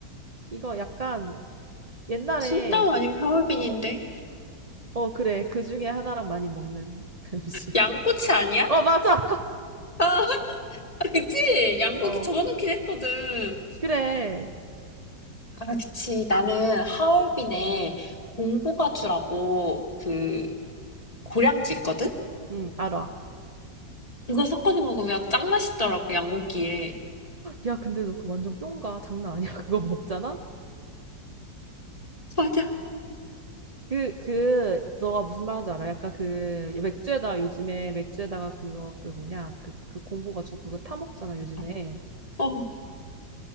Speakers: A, on the right; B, on the left.
A: 이거 약간 옛날에
B: 찐따오 아니면 하얼빈인데?
A: 어, 그래. 그 중에 하나랑 많이 먹는 <laughs> 음식.
B: 양꼬치 아니야?
A: 어, 맞아.
B: 아, <laughs> 그치? 양고기
A: 어,
B: 적어놓긴 했거든.
A: 그래.
B: 아, 그치. 나는 하얼빈에 공부가주라고 그 고량주 있거든?
A: 응, 알아.
B: 그거 섞어서 먹으면 짱 맛있더라고, 양고기에.
A: 야, 근데 너 그 완전 뿅가. 장난 아니야. <laughs> 그거 먹잖아?
B: 맞아.
A: 그, 그, 너가 무슨 말 하는지 알아? 약간 그, 맥주에다, 요즘에 맥주에다가 그거, 그 뭐냐. 그, 그 공부가지고 그거 타먹잖아, 요즘에.
B: 어, 어,